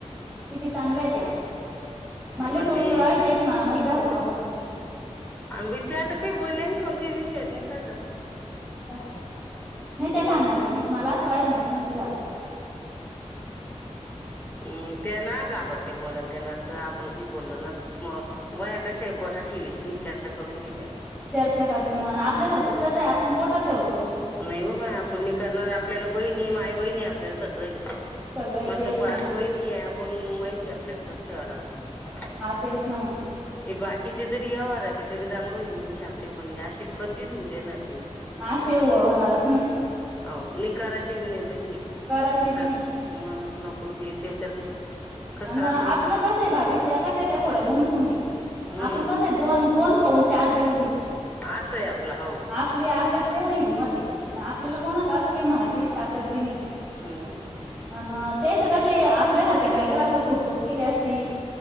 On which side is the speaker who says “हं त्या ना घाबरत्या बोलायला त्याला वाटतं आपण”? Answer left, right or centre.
Left